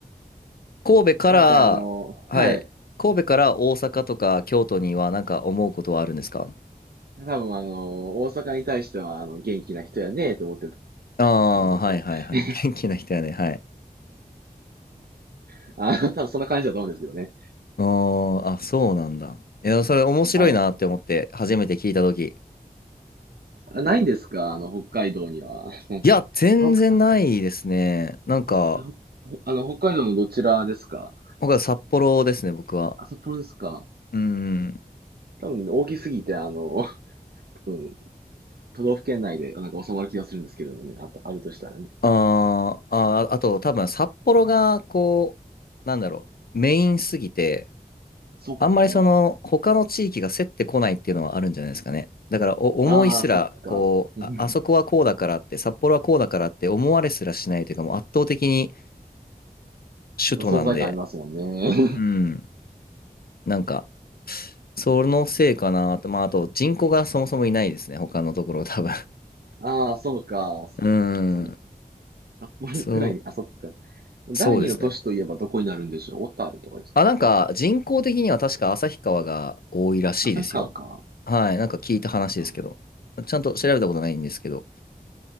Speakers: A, on the left (about 70°); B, on the right (about 75°).
A: 神戸から、
B: なんかあの、
A: はい。
B: はい。
A: 神戸から大阪とか京都にはなんか思うことはあるんですか
B: 多分あの、大阪に対してはあの元気な人やねと思ってると
A: ああー、
B: 思うんです
A: はいはいはい。<laughs> 元気な人やね。はい。
B: よ。あの、多分そんな感じだと思うんですけどね。
A: あーあ、そうなんだ。いや、それ面白いなって思って、
B: はい。
A: 初めて聞いたとき。
B: あないんですかあの、北海道には。なんか、
A: いや、全然ないですね。
B: あ、ほ
A: なんか、
B: あほほあの、北海道のどちらですか
A: 僕は札幌ですね、僕は。
B: あ、札幌ですか
A: うん。
B: 多分大きすぎて、あの、多分都道府県内でなんか収まる気がするんですけどもね。あった、あるとしたらね。
A: あーあー、あと多分札幌がこう、なんだろう、メインすぎて、
B: そっか。
A: あんまりその他の地域が競ってこないっていうのはあるんじゃないですかね。だからお思いすら、
B: ああ、そっか。
A: こう、
B: うん
A: あ、あそこはこうだからって、札幌はこうだからって思われすらしないというか、もう圧倒的に首都なんで、
B: 存在感ありますもんね。
A: うん、なんか、そのせいかなと、まああと人口がそもそもいないですね、他のところ多分。
B: <laughs> ああ、そうか。そっかその
A: <laughs> うん、
B: 札幌ぐらいに、
A: そう、
B: あ、そっか。第二の都市といえばどこになるんでしょう。
A: そうですね。
B: 小樽とかですかね。
A: あ、なんか人口的には確か旭川が多いらしいですよ。
B: 旭川か。
A: はい、なんか聞いた話ですけど、
B: そっか。
A: ちゃんと調べたことないんですけど、